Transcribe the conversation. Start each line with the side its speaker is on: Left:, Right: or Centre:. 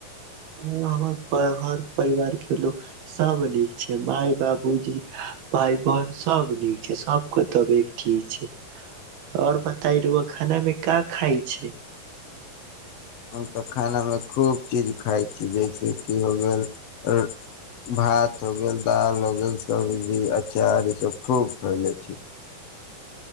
Right: हँ हमर घर परिवार के लोग सब नीक छै मााय बाबूजी भाय बहन सब नीक छै सबक तबठी छै आओर बताय रहु खेाना मे का खााय छै
Left: हम तऽ खानामे खूब चीज खाइ छी जैसेकि हो गेल र भात हो गेल दालि हो गेल सबजी अचार इसभ खूब खय लै छी